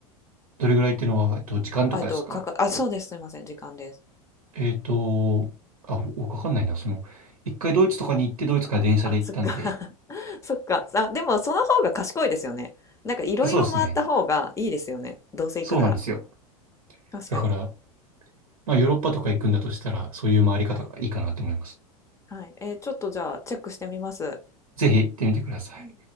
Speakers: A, on the right; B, on the left.
A: どれぐらいっていうのは、えっと、時間とかですか
B: あ、えっと、かか、あ、そうです。すいません。時間です。
A: えっと、あ、僕わかんないな。その、一回ドイツとかに行って、ドイツから電車で行ったんで、
B: あ、そっか。<laughs> そっか。あ、でもその方が賢いですよね。なんかいろいろ回った方がいいですよね。
A: そうですね。
B: どうせ行くなら。
A: そうなんですよ。
B: 確かに。
A: だから、まあ、ヨーロッパとか行くんだとしたら、そういう回り方がいいかなと思います。
B: はい。はい。えーちょっとじゃあチェックしてみます。
A: ぜひ行ってみてください。
B: うん